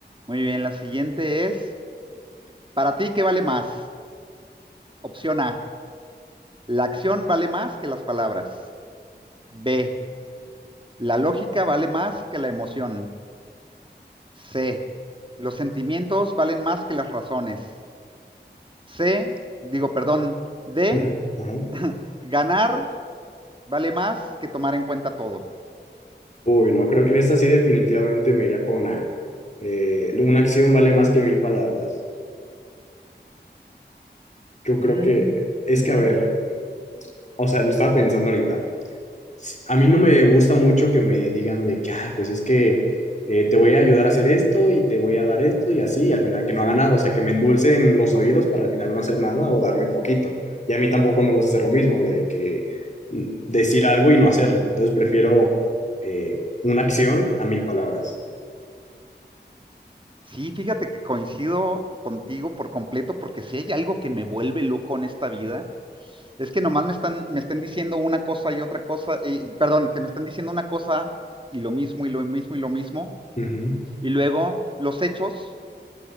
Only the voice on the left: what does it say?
<laughs> Ajá.
Uy, no, creo que en esta sí definitivamente me iría con A. Eh, una acción vale más que mil palabras. Yo creo
que es
que, a ver, o sea, lo estaba pensando ahorita. S- A mí no me gusta mucho que me digan de que, ah, pues es que eh, te voy a ayudar a hacer esto y te voy a dar esto y así, y al final que no haga nada, o sea, que me endulcen los oídos para al final no hacer nada o darme poquito. Y a mí tampoco me gusta hacer lo mismo, de que mm, decir algo y no hacerlo. Entonces prefiero eh, una acción a mil palabras.
Ujú,